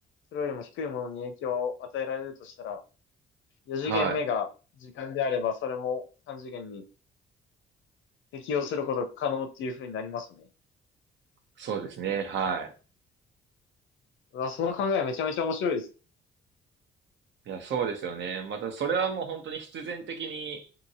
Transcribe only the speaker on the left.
それよりも低いものに影響を与えられるとしたら、4次元目が時間であれば、
それも3次元に適用することが可能っていう風になりますね。
うわ、その考えめちゃめちゃ面白いです。